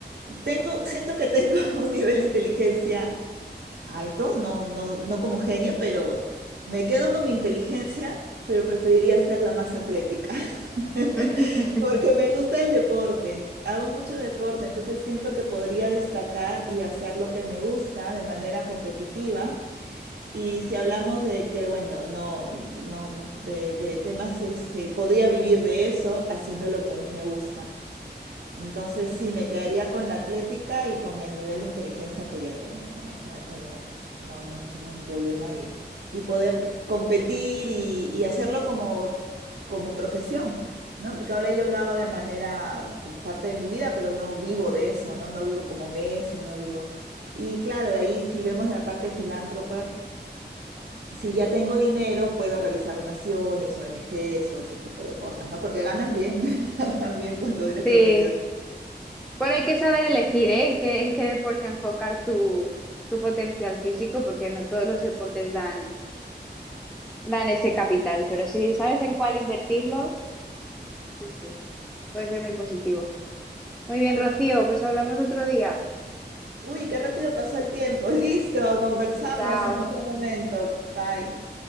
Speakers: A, on the right; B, in the centre.
A: tengo, siento que tengo <laughs> un nivel de inteligencia alto, no, no, no como genio, pero me quedo con mi inteligencia, pero preferiría ser la más atlética. <laughs> <laughs>
B: <laughs>
A: Porque me gusta el deporte, hago mucho deporte, entonces siento que podría destacar y hacer lo que me gusta de manera competitiva. Y si hablamos de que, bueno, no, no, de, de temas, este, podría vivir de eso haciendo lo que a mí me gusta. Entonces sí, me quedaría con la atlética y con el nivel de inteligencia que ya tengo, ¿no? O sea, como no, no tengo un problema y, y poder competir y, y hacerlo como, como profesión, ¿no? Porque ahora yo lo hago de manera como parte de mi vida, pero no vivo de eso, ¿no? No vivo como Messi, no vivo. Y claro, de ahí si vemos la parte filántropa, si ya tengo dinero, puedo realizar donaciones, ONGs o ese tipo de cosas, ¿no? Porque ganan bien, <laughs> ganan bien cuando eres
B: Sí,
A: profesional.
B: bueno, hay que
A: Sí.
B: saber elegir, ¿eh? En qué, en qué deporte enfocar tu, tu potencial físico, porque no todos los deportes dan dan ese capital, pero si sabes en cuál invertirlo, sí, sí, puede ser muy positivo. Muy bien, Rocío, pues hablamos otro día.
A: Uy, qué rápido pasó el tiempo. <laughs> Listo,
B: Eh,
A: conversamos
B: Chao.
A: en otro momento. Bye.